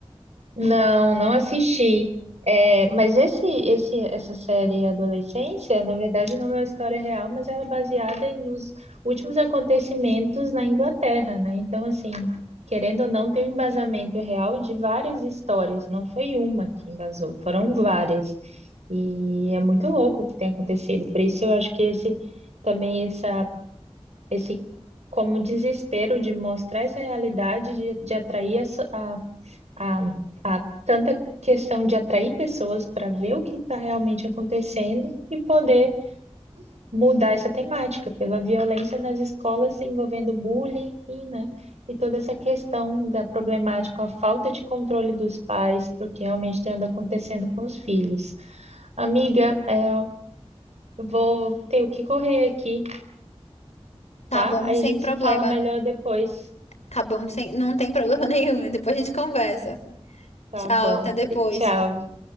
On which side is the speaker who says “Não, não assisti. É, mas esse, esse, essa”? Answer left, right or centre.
Right